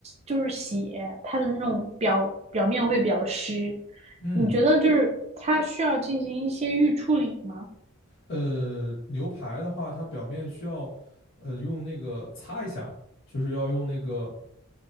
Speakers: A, on the right (about 30°); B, on the left (about 60°).
A: 就是血，它的那种表表面会比较湿。
B: 嗯
A: 你觉得就是它需要进行一些预处理吗？
B: 呃，牛排的话，它表面需要呃用那个擦一下，就是要用那个